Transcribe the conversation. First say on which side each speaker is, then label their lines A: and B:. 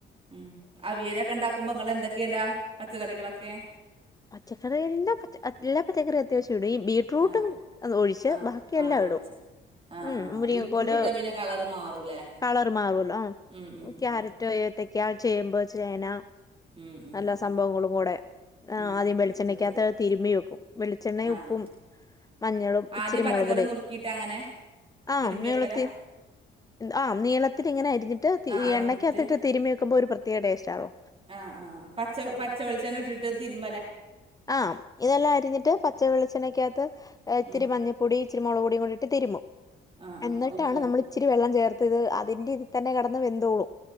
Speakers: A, on the right; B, on the left.
A: ഉം അവിയലൊക്കെ ഇണ്ടാക്കുമ്പോ നിങ്ങൾ എന്തൊക്കെയ ഇടാ പച്ചക്കറികളൊക്കെ
B: പച്ചക്കറി എല്ലാ എല്ലാ പച്ചക്കറി അത്യാവശ്യം ടും ഈ ബീട്റൂട്ടും
A: ആഹ് ഇടും
B: ഒഴിച്ച്
A: ആഹ്
B: ബാക്കിയെല്ലാം
A: ആഹ് ഒഴിച്ച്
B: ഇടും
A: ആഹ്
B: ഉം
A: ആഹ്
B: മുരിങ്ങ
A: ബീറ്റ്റൂട്ട്
B: കോല്
A: ഇട്ടാ പിന്നെ കളറ് മാറൂലേ
B: കളർ മാറൂല്ലോ
A: ഉം ഉം
B: ക്യാരറ്റ്
A: ഉം
B: ഏത്തക്ക ചേമ്പ് ചേന
A: ഉം ഉം
B: എല്ലാ
A: ഉം
B: സംഭവങ്ങളും കൂടെ ആ
A: ഉം
B: ആദ്യം വെളിച്ചെണ്ണയ്ക്കകത്ത്
A: ഇട്ടിട്ട്
B: തിരുമ്പി വെക്കും വെളിച്ചെണ്ണ
A: ആഹ്
B: ഉപ്പും മഞ്ഞളും
A: ആദ്യം
B: ഇച്ചിരി
A: പച്ചക്കറി
B: മുളക്പൊടി
A: നുറുക്കിയിട്ട് അങ്ങനെ
B: ആ
A: തിരുമ്പി
B: നീളത്തി
A: വെക്കലാ
B: ആ നീളത്തി ത്തിരി ഇങ്ങനെ അരിഞ്ഞട്ട്
A: ആഹ്
B: ഈ
A: അരിഞ്ഞിട്ട്
B: എണ്ണക്കകത്തിട്ട് തിരുമ്മി വെക്കുമ്പോ ഒരു പ്രത്യേക ടേസ്റ്റ് ആണല്ലോ
A: ആ ആ പച്ച പച്ച വെളിച്ചണ്ണ ഇട്ടിട്ട് തിരുമി
B: ആ ഇതെല്ലാം അരിഞ്ഞിട്ട് പച്ച വെളിച്ചെണ്ണക്ക ഇത്തിരി
A: ഉം
B: മഞ്ഞപ്പൊടി ഇച്ചിരി മുളക് പൊടിയും കൊണ്ടിട്ട് തിരുമും
A: ആഹ്
B: എന്നിട്ടാണ്
A: ആഹ് ഉപ്പും
B: നമ്മള് ഇച്ചിരി വെള്ളം ചേർത്ത് അതിന്റെ ഇതി തന്നെ കിടന്ന് വെന്തോളും